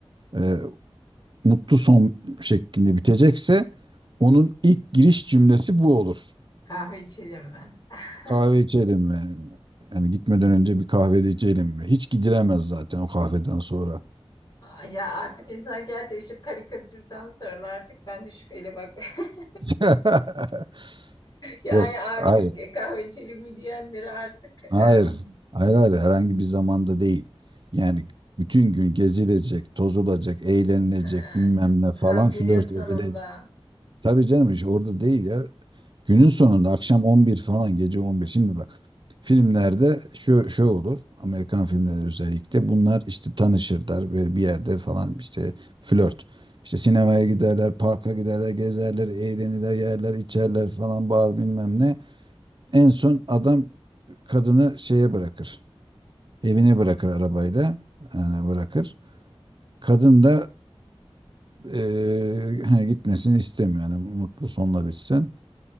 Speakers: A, on the right; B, on the left.
A: eee, mutlu son şeklinde bitecekse onun ilk giriş cümlesi bu olur.
B: Kahve içelim mi? <laughs>
A: Kahve içelim mi? Yani gitmeden önce bir kahve de içelim mi? Hiç gidilemez zaten o kahveden sonra.
B: Ay Ya artık insan gerçekten şu karikatürden sonra artık ben de şüpheyle bak. <laughs>
A: <laughs>
B: Yani
A: Yok,
B: artık
A: hayır,
B: e, kahve içelim mi diyenleri artık
A: hayır,
B: em,
A: hayır, hayır, herhangi bir zamanda değil. Yani bütün gün gezilecek, tozulacak, eğlenilecek,
B: ha,
A: bilmem ne falan
B: ha, günün
A: flört
B: sonunda.
A: edilecek. Tabii canım iş orada değil ya. Günün sonunda akşam 11 falan gece 11. Şimdi bak filmlerde şu, şu olur. Amerikan filmleri özellikle bunlar işte tanışırlar ve bir yerde falan işte flört. İşte sinemaya giderler, parka giderler, gezerler, eğlenirler, yerler, içerler falan bağır bilmem ne. En son adam kadını şeye bırakır. Evine bırakır arabayla. Yani bırakır. Kadın da eee, hani gitmesini istemiyor. Yani mutlu sonla bitsin.